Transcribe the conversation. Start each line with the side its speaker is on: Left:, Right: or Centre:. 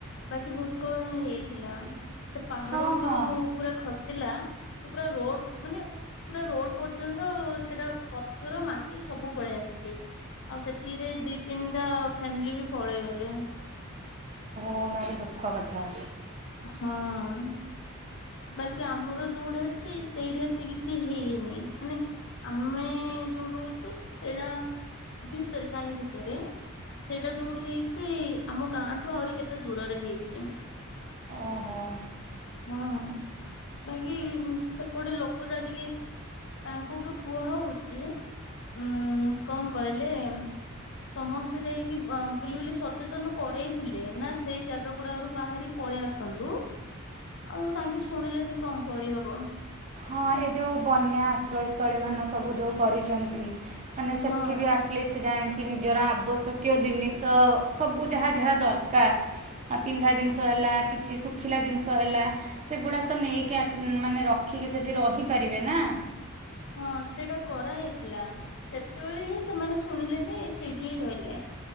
Left: ବାକି ଭୂସ୍କଳନ ହେଇଥିଲା। ସେ, ପାହାଡ
Right: ହଁ
Left: ଉପରୁ
Right: ହଁ
Left: ପୁରା ଖସିଲା ତ ପୁରା ରୋଡ଼ ମାନେ ପୁରା ରୋଡ଼ ପର୍ଯ୍ୟନ୍ତ, ସେଟା ପଥର ମାଟ୍ ଏଇ ସବୁ ପଳେଇ ଆସିଛି। ଆଉ, ସେଥିରେ ଦି ତିନିଟା ଫ୍ୟାମିଲି ବି ପଳେଇଗଲେ।
Right: ଏ ଭାରି ଦୁଃଖ କଥା।
Left: ହଁ। ବାକି ଆମର ଯୋଉଠି ଅଛି! ସେଇଠି ଏତେ କିଛି ହେଇନି। ମାନେ ଆମେଁ-ଏଁ ଯୋଉଠି ରହୁଛୁ, ସେଇଡ଼ା, ଭିତରେ ସାହି ଭିତରେ। ସେଇଟା ଯୋଉଠି ହେଇଛି! ଆମ ଗାଁ ଠୁ ଆହୁରି କେତେ ଦୂରରେ ହେଇଛି।
Right: ଓହୋ।
Left: ହଁ, ବାକି ସେପଟେ ଲୋକ ଯା ଟିକେ ତାଙ୍କୁ ବି କୁହା ହଉଛି। ଉଁ କଣ କହିଲେ ଏ ସମସ୍ତେ ଯାଇକି ବଁ ବୁଲି ବୁଲି ସଚେତନ କରେଇଥିଲେ ନା, ସେ ଜାଗା ଗୁଡାକରୁ ବାହାରିପ ପଳେଇ ଆସନ୍ତୁ। ଆଉ ତାଙ୍କେ, ଶୁଣିଲେନି କଣ କରିହବ?
Right: ହଁ, ଏ ଯେଉଁ ବନ୍ୟା ଆଶ୍ରୟସ୍ଥଳୀ ମାନ ସବୁ ଯଉ କରିଛନ୍ତି। ମାନେ ସେଠି
Left: ହଁ
Right: ବି ଆଟଲିଷ୍ଟ ଯାାଇଁକି କି ନିଜର ଆବଶ୍ୟକୀୟ ଦିନିଷ ସବୁ ଯାହା ଯାହା ଦରକାର, ପିନ୍ଧା ଜିନିଷ ହେଲା ହେଲା, କିଛି ଶୁଖିଲା ଜିନିଷ ହେଲା, ସେ ଗୁଡା ତ ନେଇକି, ଆଟ୍ ମାନେ ରଖିକି ସେ ଟି ରହିପାରିବେ ନା।
Left: ହଁ, ସେଇଟା କରାହେଇଥିଲା। ସେତେବେଳେ ହିଁ ସେମାନେ ଶୁଣିଲେନି। ସେଇଠି ହିଁ ରହିଲେ।